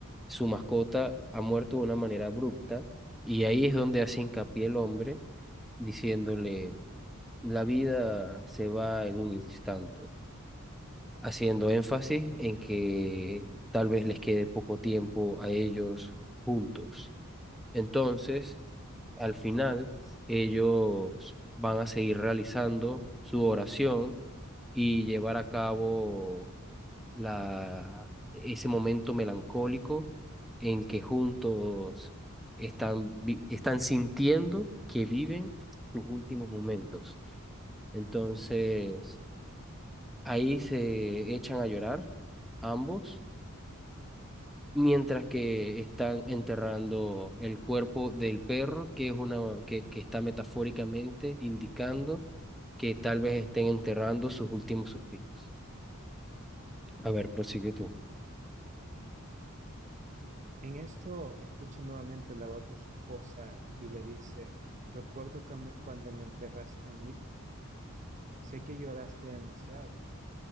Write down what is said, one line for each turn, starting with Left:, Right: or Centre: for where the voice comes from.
Centre: su mascota ha muerto de una manera abrupta y ahí es donde hace hincapié el hombre diciéndole La vida se va en un instante haciendo énfasis en que tal vez les quede poco tiempo a ellos juntos. Entonces, al final, ellos van a seguir realizando su oración y llevar a cabo la, ese momento melancólico en que juntos están, vi- están sintiendo que viven sus últimos momentos. Entonces, ahí se echan a llorar ambos mientras que están enterrando el cuerpo del perro, que es una que, que está metafóricamente indicando que tal vez estén enterrando sus últimos suspiros. A ver, prosigue tú.
Right: En esto escucha nuevamente la voz de su esposa y le dice, recuerdo que me- cuando me enterraste a mil, sé que lloraste demasiado,